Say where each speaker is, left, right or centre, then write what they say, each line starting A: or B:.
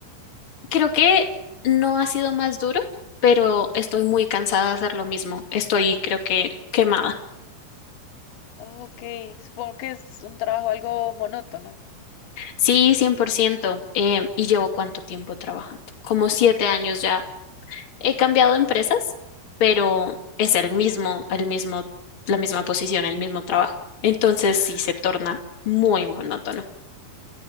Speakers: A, on the left (about 35°); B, on the left (about 75°).
A: Creo que no ha sido más duro, pero estoy muy cansada de hacer lo mismo. Estoy, creo que, quemada.
B: Ok, supongo que es un trabajo algo monótono.
A: Sí, 100%. Eh, ¿y llevo cuánto tiempo trabajando? Como siete años ya. He cambiado de empresas, pero es el mismo, el mismo, la misma posición, el mismo trabajo. Entonces
B: Ah,
A: sí se torna muy monótono.